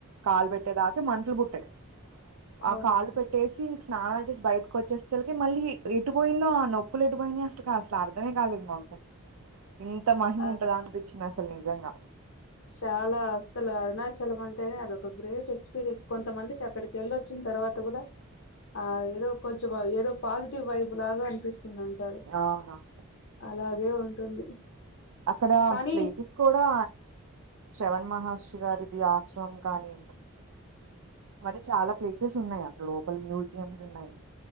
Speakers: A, on the right; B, on the left.
A: కాలు పెట్టేదాక మంటలు పుట్టాయి
B: అవునవును
A: ఆ కాలు పెట్టేసి స్నానం వచ్చేసి బయటకు వచ్చేసలకి మళ్ళీ ఎటు పోయిందో ఆ నొప్పులు ఎటుపోయినాయి అసలు కాదు అసలు అర్థమే కాలేదు మాకు ఇంత మహిమా
B: అదే
A: ఉంటదాని అసలు నిజంగా
B: చాలా అస్సలు అరుణాచలం అంటేనే అదొక గ్రేట్ ఎక్స్పీరియన్స్ కొంతమందికి అక్కడికి వెళ్ళొచ్చిన తర్వాత కూడా ఆ ఏదో కొంచెం ఏదో పాజిటివ్ వైబ్ లాగా అనిపిస్ స్తుందంటారు
A: అవునవును
B: అలా లాగే ఉంటుంది
A: అక్కడ
B: కానీ
A: ప్లేసెస్ కూడా శ్రవణ్ మహర్షి గారిది ఆశ్రమం కానీయం మరి చాలా ప్లే సెస్ ఉన్నాయి అసల లోపల మ్యూ జియంస్ ఉన్నాయి